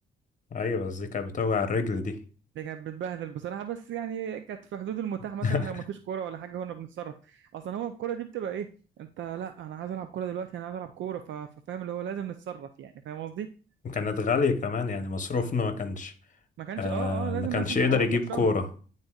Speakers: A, on the left (about 40°); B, on the right (about 70°).
A: أيوة بس دي كانت بتوجع الرجل دي
B: دي كانت بتبهدل بصراحه بس يعني كانت في حدود المتاح مثلا
A: <laughs>
B: لو مفيش كوره ولا حاجه كنا بنتصرف اصلا هو الكوره دي بتبقى ايه انت لا انا عايز العب كوره دلوقتي انا عايز العب كوره ف... ففاهم اللي هو لازم نتصرف يعني فاهم قصدي
A: وكانت غالية كمان يعني مصروفنا ما كانش
B: ما كانش
A: آه
B: اه اه لازم
A: ما كانش
B: مثلا
A: يقدر
B: تحوش
A: يجيب
B: لك شهر
A: كورة